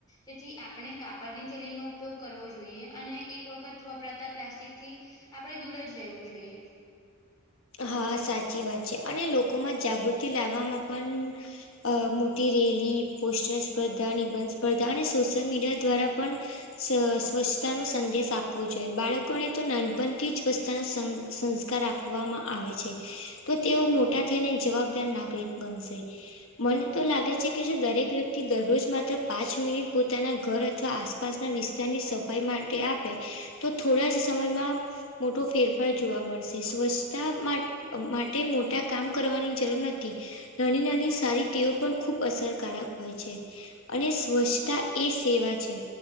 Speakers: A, on the left; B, on the left.
A: તેથી આપણે કાપડની થેલીનો ઉપયોગ કરવો જોઈએ અને એક વખત વપરાતા પ્લાસ્ટિકથી, આપણે દૂર જ રહેવું જોઈએ.
B: હા સાચી વાત છે અને લોકોમાં જાગૃતિ લાવવામાં પણ, અ મોટી રેલી, પોસ્ટર, સ્પર્ધા, નિબંધ સ્પર્ધા અને સોશિયલ મીડિયા દ્વારા, પણ, સ્વચ્છતા નો સંદેશ આપવો જોઈએ બાળકોને તો નાનપણથી સ્વચથતાના સ સંસ્કાર આપવામાં, આવે છે, તો તેઓ મોટા થઈને જવાબદાર નાગરિક બનશે. મને તો લાગે છે કે જો દરેક વ્યક્તિ દરરોજ માત્ર પાંચ મિનિટ પોતાના ઘર અથવા આસપ પાસના વિસ્તારની સફાઈ માટે આપે તો થોડા જ સમયમાં, મોટો ફેરફાર જોવા મળશે સ્વસ્છ તા માં માટે મોટા કામ કરવાની જરૂર નથી. નાની નાની સારી ટેવો પણ ખૂબ અસરકારક હોય છે. અને સ્વચ્છતા એ સેવા છે.